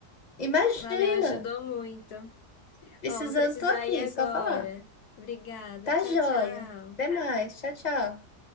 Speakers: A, on the left; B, on the left.
A: Imagina.
B: Valeu, ajudou muito.
A: Precisando,
B: Ó, vou precisar
A: tô aqui,
B: ir agora.
A: só falar.
B: Obrigada.
A: Tá
B: Tchau,
A: joia.
B: tchau.
A: Até mais. Tchau, tchau.